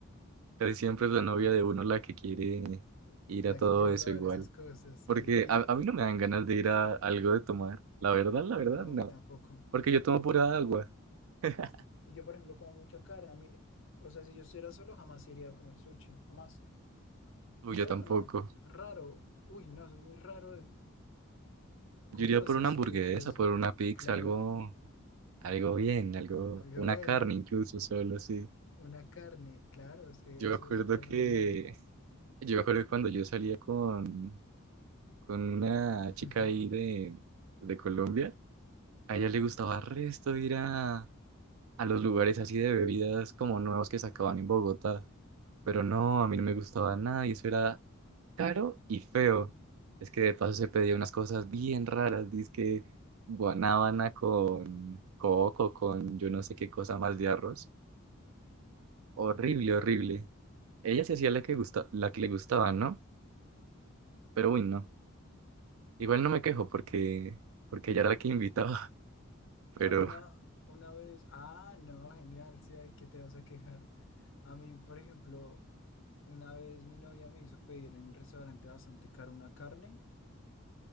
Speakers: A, on the right (about 80°); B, on the left (about 65°).
A: casi siempre es la novia de uno la que quiere
B: eh,
A: ir
B: la
A: a todo
B: que quiere
A: eso
B: probar
A: igual.
B: esas cosas, sí.
A: Porque
B: Y
A: a,
B: eh,
A: a mí no me dan ganas de ir a algo de tomar. La verdad, la verdad,
B: no, a
A: no.
B: mí tampoco.
A: Porque yo tomo pura agua. <laughs>
B: Y yo, por ejemplo, como mucha carne, a mí, o sea, si yo estuviera solo, jamás iría a comer sushi, jamás.
A: Uy, yo
B: Solo
A: tampoco.
B: no, raro. Uy, no, es muy raro. de- Curioso,
A: Yo iría por una
B: eso
A: hamburguesa,
B: sería curioso.
A: por una pizza,
B: Claro.
A: algo, algo bien, algo,
B: Algo
A: una
B: bueno,
A: carne incluso solo, sí.
B: una carne, claro, es que
A: Yo me
B: eso
A: acuerdo
B: es algo
A: que,
B: genial.
A: yo me acuerdo cuando yo salía con, con una
B: <laughs>
A: chica ahí de, de Colombia, a ella le gustaba resto ir a, a los lugares así de bebidas como nuevos que sacaban en Bogotá. Pero no, a mí no me gustaba nada y eso era caro y feo. Es que de paso se pedía unas cosas bien raras, dizque guanábana con coco, con yo no sé qué cosa más de arroz. Horrible, horrible. Ella se hacía la que gusta, la que le gustaba, ¿no? Pero uy, no. Igual no me quejo porque, porque ella era la que invitaba, <laughs> pero
B: A mí una, una vez, ah, no, genial, sí, hay que te vas a quejar. A mí, por ejemplo, una vez mi novia me hizo pedir en un restaurante bastante caro una carne